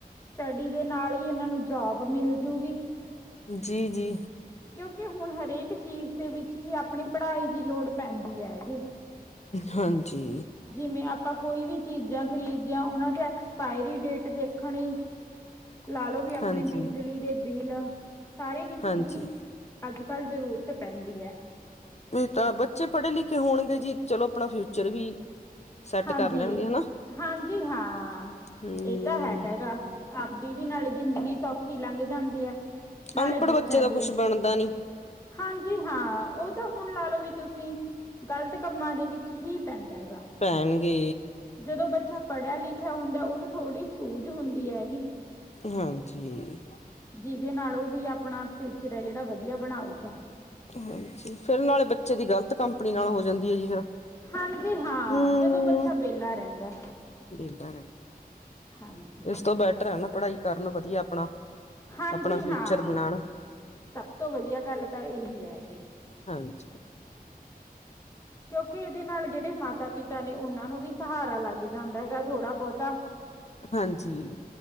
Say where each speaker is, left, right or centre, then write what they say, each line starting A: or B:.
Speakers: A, on the left; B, on the left.
A: ਸਟੱਡੀ ਦੇ ਨਾਲ ਹੀ ਇਹਨਾਂ ਨੂੰ ਜੋਬ ਮਿਲਜੂਗੀ
B: ਜੀ ਜੀ
A: ਕਿਉਂਕਿ ਹੁਣ ਹਰੇਕ ਚੀਜ਼ ਦੇ ਵਿੱਚ ਹੀ ਆਪਣੀ ਪੜ੍ਹਾਈ ਦੀ ਲੋੜ ਪੈਂਦੀ ਹੈਗੀ
B: ਹਾਂਜੀ
A: ਜਿਵੇਂ ਆਪਾਂ ਕੋਈ ਵੀ ਚੀਜ਼ਾਂ ਖਰੀਦਦੇ ਹਾਂ ਉਹਨਾਂ ਦੇ ਐਕਸਪਾਇਰੀ ਡੇਟ ਦੇਖਣੀ ਲਾ ਲੋ ਵੀ ਆਪਣੇ
B: ਹਾਂਜੀ
A: ਬਿਜਲੀ ਦੇ ਬਿੱਲ ਸਾਰੇ ਕੀਤੇ
B: ਹਾਂਜੀ
A: ਹੀ ਅੱਜ ਕੱਲ੍ਹ ਜ਼ਰੂਰਤ ਪੈਂਦੀ ਹੈ
B: ਨਹੀਂ ਤਾਂ ਬੱਚੇ ਪੜ੍ਹੇ ਲਿਖੇ ਹੋਣਗੇ ਜੀ ਚਲੋ ਆਪਣਾ ਫਿਊਚਰ ਵੀ ਸੈੱਟ
A: ਹਾਂਜੀ
B: ਕਰ ਲੈਣਗੇ ਹਨਾ
A: ਹਾਂਜੀ ਹਾਂ
B: ਹਮ
A: ਇਹ ਤਾਂ ਹੈਗਾ ਹੈਗਾ ਆਪਦੀ ਵੀ ਨਾਲ ਜ਼ਿੰਦਗੀ ਸੌਖੀ ਲੰਘ ਜਾਂਦੀ ਹੈ ਨਾਲੇ
B: ਅਨਪੜ੍ਹ
A: ਬੱਚਿਆਂ
B: ਬੱਚੇ ਦਾ
A: ਦੀ
B: ਕੁੱਝ ਬਣਦਾ ਨਹੀਂ
A: ਹਾਂਜੀ ਹਾਂ ਉਹ ਤਾਂ ਹੁਣ ਲਾ ਲੋ ਵੀ ਤੁਸੀਂ ਗ਼ਲਤ ਕੰਮਾਂ ਦੇ ਵਿੱਚ ਹੀ ਪੈਂਦਾ ਹੈਗਾ
B: ਪੈਣ ਗੇ
A: ਜਦੋਂ ਬੱਚਾ ਪੜ੍ਹਿਆ ਲਿਖਿਆ ਹੁੰਦਾ ਉਹਨੂੰ ਥੋੜ੍ਹੀ ਸੂਝ ਹੁੰਦੀ ਹੈਗੀ
B: ਹਾਂਜੀ
A: ਜਿਹਦੇ ਨਾਲ ਉਹ ਵੀ ਆਪਣਾ ਫਿਊਚਰ ਹੈ ਜਿਹੜਾ ਵਧੀਆ ਬਣਾਉਗਾ
B: ਹਾਂਜੀ ਫੇਰ ਨਾਲੇ ਬੱਚੇ ਦੀ ਗ਼ਲਤ ਕੰਪਨੀ ਨਾਲ ਹੋ ਜਾਂਦੀ ਹੈ ਜੀ ਫਿਰ
A: ਹਾਂਜੀ ਹਾਂ
B: ਹਮ
A: ਜਦੋਂ ਬੱਚਾ ਵੇਹਲਾ ਰਹਿੰਦਾ
B: ਵੇਹਲਾ ਰਹਿੰਦਾ
A: ਹਾਂਜੀ।
B: ਇਸ ਤੋਂ ਬੈਟਰ ਹੈ ਨਾ ਪੜ੍ਹਾਈ ਕਰਨ ਵਧੀਆ ਆਪਣਾ
A: ਹਾਂਜੀ
B: ਆਪਣਾ ਫਿਊਚਰ
A: ਹਾਂ
B: ਬਣਾਉਣ
A: ਸਭ ਤੋਂ ਵਧੀਆ ਗੱਲ ਤਾਂ ਇਹੀ ਹੈ ਜੀ
B: ਹਾਂਜੀ
A: ਕਿਉਂਕਿ ਇਹਦੇ ਨਾਲ ਜਿਹੜੇ ਮਾਤਾ-ਪਿਤਾ ਨੇ ਉਹਨਾਂ ਨੂੰ ਵੀ ਸਹਾਰਾ ਲੱਗ ਜਾਂਦਾ ਹੈਗਾ ਥੋੜ੍ਹਾ ਬਹੁਤਾ
B: ਹਾਂਜੀ